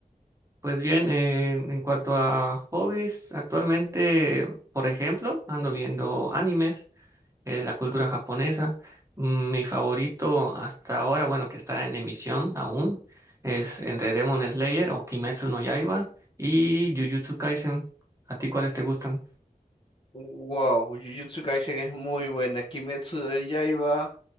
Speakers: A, on the right; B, on the left.
A: pues bien, eh, en cuanto a hobbies, actualmente, por ejemplo, ando viendo animes. eh, la cultura japonesa. Mm, Mi favorito hasta ahora, bueno, que está en emisión aún, es entre Demon Slayer o Kimetsu no Yaiba y Jujutsu Kaisen. ¿A ti cuáles te gustan?
B: Wow, Jujutsu Kaisen es muy buena. Kimetsu de Yaiba,